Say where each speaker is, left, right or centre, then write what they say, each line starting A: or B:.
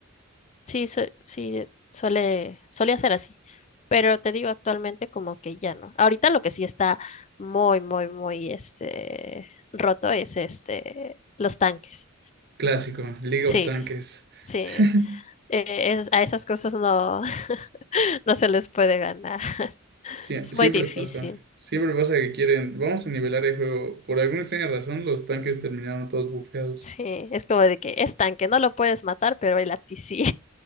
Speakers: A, on the left (about 35°); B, on the right (about 50°).
A: sí, su- sí, suele, solía ser así. Pero te digo, actualmente como que ya no. Ahorita lo que sí está muy, muy, muy, este, roto es este, los tanques.
B: Clásico, League
A: Sí,
B: of Tanques.
A: sí.
B: <laughs>
A: Eh, es- a esas cosas no, <laughs> no se les puede ganar. <laughs>
B: Sie-
A: Es
B: siempre
A: muy difícil.
B: pasa. Siempre pasa que quieren. Vamos a nivelar el juego. Por alguna extraña razón, los tanques terminaron todos bufeados.
A: Sí, es como de que es tanque, no lo puedes matar, pero el a ti sí.